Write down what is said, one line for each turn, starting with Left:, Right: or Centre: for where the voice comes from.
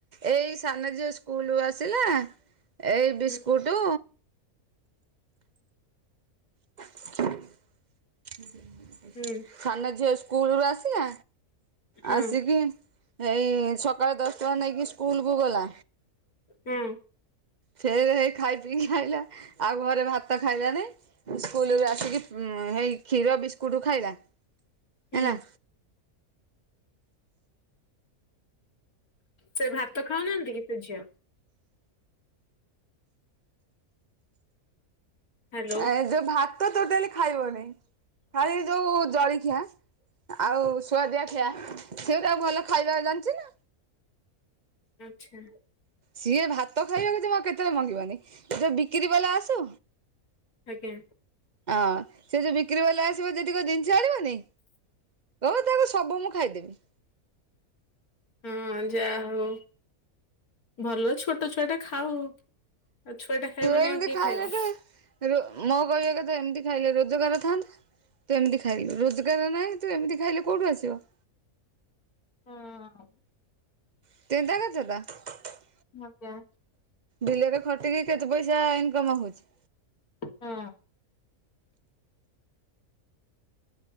Right: ଏଇ ସାନ ଝିଅ ସ୍କୁଲୁ ଆସିଲା ଏଇ ବିସ୍କୁଟୁ
Left: ହୁଁ
Right: <inaudible> <unintelligible>
Left: ହୁଁ।
Right: ସାନ ଝିଅ ସ୍କୁଲରୁୁ ଆସିଲା
Left: ହଁ
Right: ଆସିକି ହେଇ ସକାଳେ ଦଶ ଟଙ୍କା ନେଇକି ସ୍କୁଲକୁ ଗଲା।
Left: ହୁଁ।
Right: ସେ ହେଇ ଖାଇ ପିଇକି ଆଇଲା ଆଉ ଘରେ ଭାତ ଖାଇଲା ନାଇଁ। ସ୍କୁଲରୁ ଆସିକି ଉଁ ହେଇ କ୍ଷୀର ବିସ୍କୁଟ ଖାଇଲା
Left: ହୁଁ
Right: ହେଲା।
Left: ସେ ଭାତ ଖାଉ ନାହାଁନ୍ତି କି ସେ ଝିଅ? ହ୍ୟାଲୋ
Right: ଏ ଯୋଉ ଭାତ ଟୋଟାଲି ଖାଇବନି ଖାଲି ଯୋଉ ଜଳିଖିଆ। ଆଉ ସୁୁଆଦିଆଖିଆ ସେଉରା ଭଲ ଖାଇବାକୁ ଜାଣିଛି ନା।
Left: ଆଚ୍ଛା।
Right: ସିଏ ଭାତ ଖାଇବାକୁ ଜମା କେତେବେଳେ ମଙ୍ଗିବନି ଯ ବିକ୍ରି ବାଲା ଆସୁ
Left: ଆଜ୍ଞା।
Right: ହଁ ସେ ଯୋଉ ବିକ୍ରି ବାଲା ଆସିବ ଯେତୀକ ଜିନିଷ ଆଣିବନି କହିବ ତାକୁ ସବୁ ମୁଁ ଖାଇଦେବି।
Left: ହଁ ଯା ହଉ ଭଲ ଛୋଟ ଛୁଆଟା। ଖାଉ ଆଉ ଛୁଆ ଟା ଖାଇବନି
Right: ଏମିତି
Left: ଆଉ କିଏ
Right: ଖାଇଲେ
Left: ଖାଇବ?
Right: ତ ମୋ କହିବା କଥା ଏମିତି ଖାଇଲେ ରୋଜଗାର ଥାନ୍ତା। ତୁ ଏମିତି ଖାଇଲୁ ରୋଜଗାର ନାହିଁ ତୁ ଏମିତି ଖାଇଲେ କୋଉଠୁ ଆସିବ।
Left: ହଁ।
Right: <unintelligible>
Left: ଆଜ୍ଞା।
Right: ବିଲରେ ଖଟିକି କେତେ ପଇସା ଇନକମ ହଉଛି?
Left: ହୁଁ।